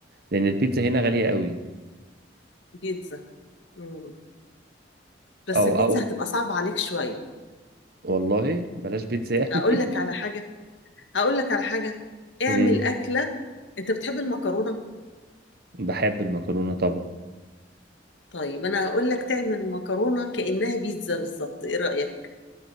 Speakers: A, on the right; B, on the left.
A: لأن البيتزا هنا غالية قوي
B: بيتزا مم. بس
A: أو
B: البيتزا
A: أو
B: هتبقى صعبة عليك شوية
A: والله بلاش بيتزا يعني
B: هقول لك على حاجة هقول لك على حاجة اعمل
A: <laughs> قليل
B: أكلة انت بتحب المكرونة
A: بحب المكرونة طبعا
B: طيب انا هقول لك تعمل مكرونه كانها بيتزا بالظبط ايه رايك